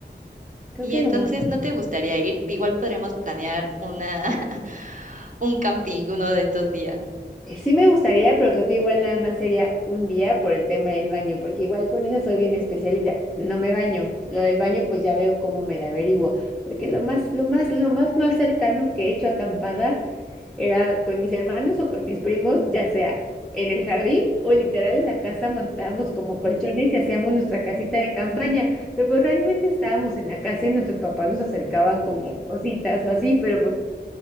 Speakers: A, in the centre; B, on the right.
A: creo
B: Y
A: que
B: entonces,
A: lo más
B: ¿no te gustaría ir? Igual podríamos planear una <laughs> un camping uno de estos días.
A: Eh, Sí me gustaría, pero creo que igual nada más sería un día por el tema del baño, porque igual con eso soy bien especialita. No me baño. Lo del baño, pues ya veo cómo me la averiguo. Porque lo más, lo más, lo más, más cercano que he hecho acampada era con mis hermanos o con mis primos, ya sea en el jardín o literal en la casa montábamos como colchones y hacíamos nuestra casita de campaña. Pero pues realmente estábamos en la casa y nuestros papás nos acercaban como cositas o así, pero pues